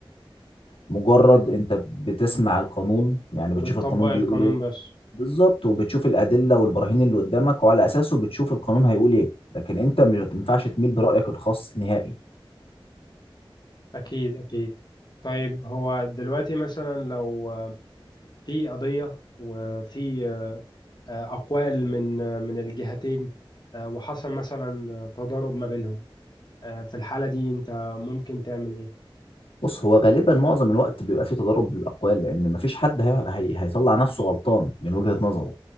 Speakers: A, on the left; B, on the left.
A: مجرد
B: ب-
A: أنت بتسمع القانون يعني
B: وبتطبق
A: بتشوف القانون
B: القانون
A: بيقول إيه
B: بس
A: بالظبط وبتشوف الادله والبراهين اللي قدامك وعلى اساسه بتشوف القانون هيقول ايه لكن انت مش- ما ينفعش تميل برايك الخاص نهائي
B: اكيد اكيد طيب هو دلوقتي مثلا لو آه، في قضية وفي آه، آه، أقوال من آه، من الجهتين آه، وحصل مثلا آه، تضارب ما بينهم آه، في الحالة دي أنت ممكن تعمل إيه؟
A: بص هو غالبا معظم الوقت بيبقى فيه تضارب بالاقوال لان مفيش حد هي... هي... هيطلع نفسه غلطان من وجهه نظره